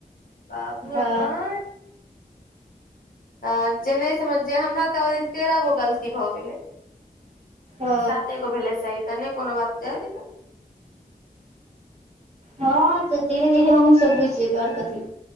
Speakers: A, on the left (about 65°); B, on the right (about 40°).
A: बाबू हमर
B: अ
A: तऽ जे नहि सम जे हमरा तऽ ओहि दिन तेरह गो गलती भऽ गेलै
B: ओ
A: साते गो भेलै सही तऽ नहि कोनो बात जे दियो।
B: हँ तऽ धीरे धीर हमूँ सब बुझि जबइ ओर कथी